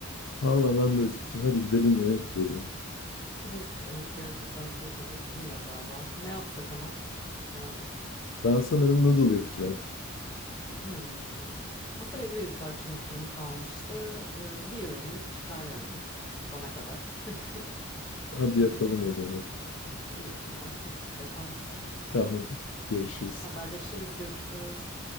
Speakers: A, on the left (about 75°); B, on the left (about 20°).
A: Valla ben de acıktım. Hadi gidelim yemek yiyelim.
B: <laughs> Biraz evet gerçekten biraz acıktım ya galiba. Ne yapsak ama? Demedim.
A: Ben sanırım noodle yapacağım.
B: Hmm. Aslında benim de bir parça noodle'ım kalmıştı. Ee, bir öğünlük çıkar yani bana kadar. <laughs>
A: Hadi yapalım o zaman.
B: İyi tamam. Hadi gidip yapalım.
A: Tamam. Görüşürüz.
B: Haberleşiriz, görüşürüz.